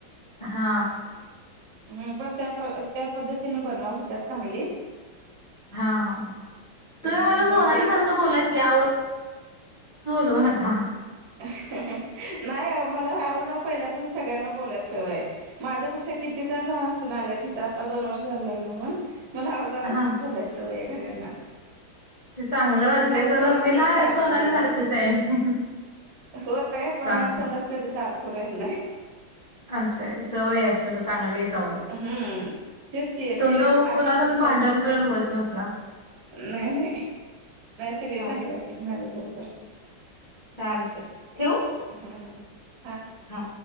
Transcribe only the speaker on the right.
हम् पण त्या त्या पद्धतीने बनवा हुत्यात चांगली
हम्म
जरा
तेल
नाही. मला आव मला आओ जाओ पहिल्यापासून सगळ्यांना बोलायचंय सवय आहे. माझ्यापेक्षा किती तर लहानासून आल्या तिथं आता, दोन वर्ष झालं लग्न हून. मला अव जाव
बोलायचं सवय आहे. सगळ्यांना
माझ्या
तोंडात
कधीच
आरूतूर
येत
नाही
होय. पण
माझ्या तोंडात कधी तारतुरू येत नाही.
हम्म तेच की
ते
आणि
कुठ
तर
नाही. नाही. नाही. सगळे
चांगले असत्यात माझ्या बरोबर
हां